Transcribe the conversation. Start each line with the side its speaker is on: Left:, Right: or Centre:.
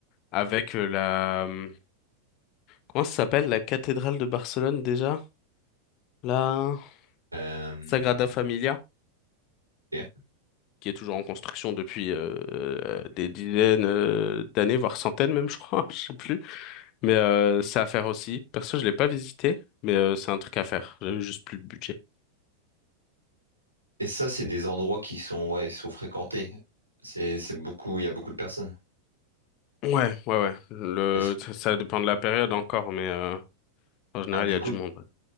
Left: Avec euh, la hum, Comment ça s'appelle la cathédrale de Barcelone déjà? La
Right: Euh,
Left: Sagrada Familia,
Right: ok.
Left: qui est toujours en construction depuis euh, euh, des dizaines euh, d'années, voire centaines même, je crois, <laughs> je sais plus. Mais euh, c'est à faire aussi. Perso, je l'ai pas visité, mais euh, c'est un truc à faire. J'avais juste plus de budget.
Right: Et ça, c'est des endroits qui sont, ouais, ils sont fréquentés. C'est, c'est beaucoup, il y a beaucoup de personnes.
Left: Ouais, ouais, ouais. Le,
Right: Est-ce,
Left: ça, ça dépend de la période encore, mais euh, en général,
Right: ah, du
Left: il y
Right: coup,
Left: a du monde.